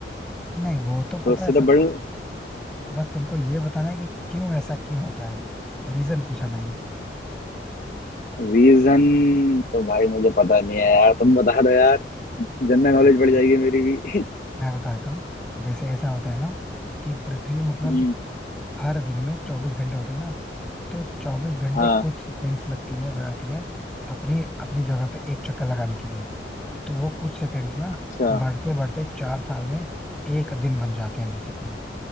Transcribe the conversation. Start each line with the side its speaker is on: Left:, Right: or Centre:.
Centre: नहीं वो तो
Left: तो
Centre: पता
Left: उससे
Centre: है सबको
Left: तो बढ़
Centre: बस तुमको ये बताना है कि क्यों ऐसा क्यों होता है रीजन पूछा मैंने
Left: रीजन तो भाई मुझे पता नहीं है यार तुम बता दो यार जनरल
Centre: अच्छा
Left: नॉलेज
Centre: कोई
Left: बढ़
Centre: बात
Left: जाएगी
Centre: नहीं
Left: मेरी भी <laughs>
Centre: मैं बताता हूँ जैसे ऐसा होता है ना कि पृथ्वी मतलब
Left: हम्म,
Centre: हर दिन में चौबीस घंटे होते हैं ना तो चौबीस घंटे
Left: हाँ
Centre: कुछ सेकंड्स लगती है लगाती है अपनी अपनी जगह पे एक चक्कर लगाने के लिए तो वो कुछ सेकंड्स ना
Left: अच्छा
Centre: बढ़ते बढ़ते चार साल में एक दिन बन जाते हैं बेसिकली